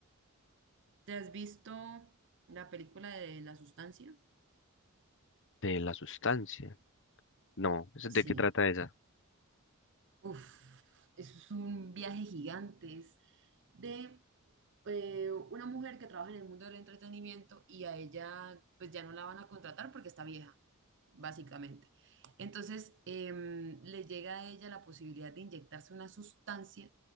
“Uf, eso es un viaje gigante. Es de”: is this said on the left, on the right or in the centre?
Right